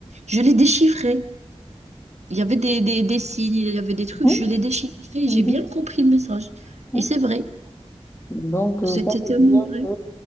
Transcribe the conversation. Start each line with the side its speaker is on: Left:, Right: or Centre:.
Right: Je l'ai déchiffré. Il y avait des, des, des signes, il y avait des trucs,
Left: mhm,
Right: je l'ai déchiffré, et
Left: mhm,
Right: j'ai bien compris le message.
Left: mhm.
Right: Et c'est vrai,
Left: Donc, euh,
Right: c'était
Left: ça
Right: tellement
Left: veut dire
Right: vrai.
Left: que